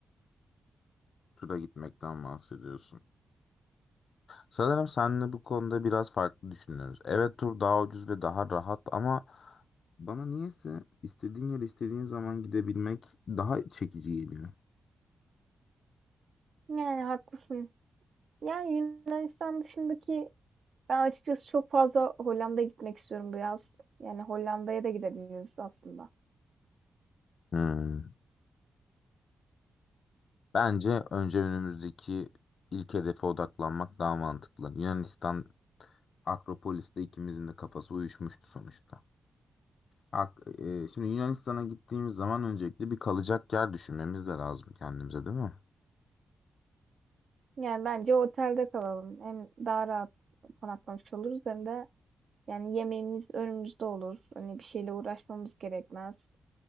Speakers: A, on the left; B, on the right.
A: Turla gitmekten bahsediyorsun. Sanırım seninle bu konuda biraz farklı düşünüyoruz. Evet tur daha ucuz ve daha rahat ama Bana niyeyse istediğin yere istediğin zaman gidebilmek daha çekici geliyor.
B: Yani haklısın. Yani Yunanistan dışındaki ben açıkçası çok fazla Hollanda'ya gitmek istiyorum bu yaz. Yani Hollanda'ya da gidebiliriz aslında.
A: Hmm. Bence önce önümüzdeki ilk hedefe odaklanmak daha mantıklı. Yunanistan Akropolis'te ikimizin de kafası uyuşmuştu sonuçta. Ak e, şimdi Yunanistan'a gittiğimiz zaman öncelikle bir kalacak yer düşünmemiz de lazım kendimize, değil mi?
B: Yani bence otelde kalalım. Hem daha rahat konaklamış oluruz hem de yani yemeğimiz önümüzde olur. Hani bir şeyle uğraşmamız gerekmez.